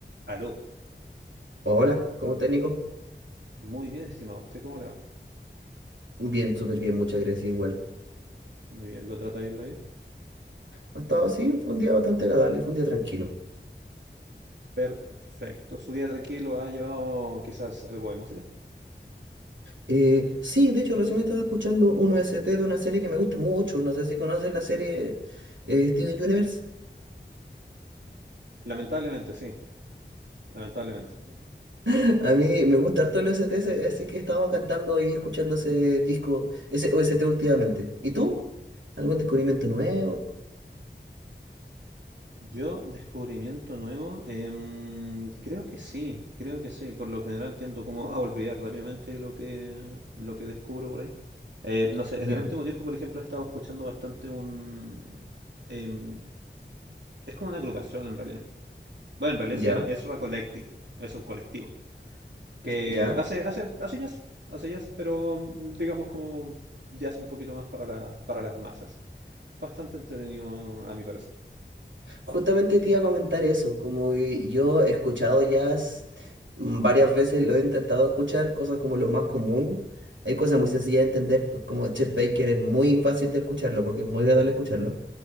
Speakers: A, on the right; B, on the right.
A: Aló.
B: Hola, ¿cómo estás, Nico?
A: Muy bien, estimado. ¿Usted cómo le va?
B: Bien, súper bien, muchas gracias igual.
A: Muy bien, ¿lo trata bien la vida?
B: Ha estado así, fue un día bastante agradable, fue un día tranquilo.
A: Perfecto. ¿Su día tranquilo ha llevado quizás algo de música?
B: Eh, sí, de hecho, recién estaba escuchando un O S T de una serie que me gusta mucho. No sé si conoces la serie eh, Steven Universe.
A: Lamentablemente, sí, lamentablemente.
B: <laughs> A mí me gusta harto el O S T ese- así que he estado cantando y escuchando ese disco, ese o S T últimamente. ¿Y tú? ¿Algún descubrimiento nuevo?
A: Yo, descubrimiento nuevo, em, creo que sí, creo que sí. Por lo general tiendo como a olvidar rápidamente lo que, lo que descubro por ahí. Eh, no sé,
B: Ya,
A: en el último tiempo, por ejemplo, he estado escuchando bastante un... em, es como una agrupación en realidad. Bueno, en realidad
B: ya,
A: se llama Ezra Collective. Es un colectivo. que
B: ya.
A: hace, hace, hace jazz, hace jazz, pero mm, digamos como jazz un poquito más para la, para las masas. Bastante entretenido a mi parecer.
B: Justamente te iba a comentar eso, como que yo he escuchado jazz mm, varias veces, lo he intentado escuchar, cosas como lo más común. Hay cosas muy sencillas de entender, como Chet Baker es muy fácil de escucharlo porque es muy agradable escucharlo,